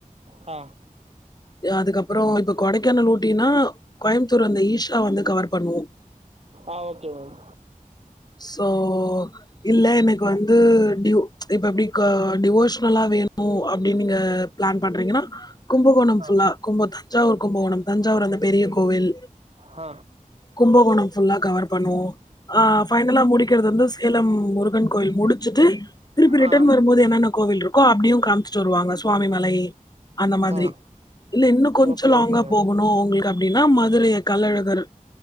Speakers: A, on the right; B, on the left.
A: ஆ
B: அதுக்கப்றோ இப்ப கொடைக்கானல், ஊட்டினா கோயம்த்தூர் அந்த ஈஷா வந்து கவர் பண்ணுவோ
A: ஆ ஓகே மேம்
B: சோ இல்ல எனக்கு வந்து டியூ இப்ப எப்டி க டிவோஷனலா வேணு அப்டின் நீங்க பிளான் பண்றீங்கன்னா கும்பகோணம்
A: ஆ
B: ஃபுல்லா கும்ப தஞ்சாவூர் கும்பகோணம் தஞ்சாவூர் அந்த பெரிய கோவில்
A: ஆ
B: கும்பகோணம் ஃபுல்லா கவர் பண்ணுவோ ஆ ஃபைனலா முடிக்கறது வந்து சேலம் முருகன் கோயில் முடிச்சுட்டு திருப்பி ரிட்டன்
A: ஆ
B: வரும்போது என்னென்ன கோவில் இருக்கு அப்டியும் காமிச்சிட்டு வருவாங்க சுவாமி மலை அந்த மாதிரி
A: ஆ
B: இல்ல இன்னு கொஞ்சோ
A: ஓகே
B: லாங்கா
A: ஓகே மேம்
B: போகணு உங்களுக்கு அப்டின்னா மதுரை கள்ளழகர்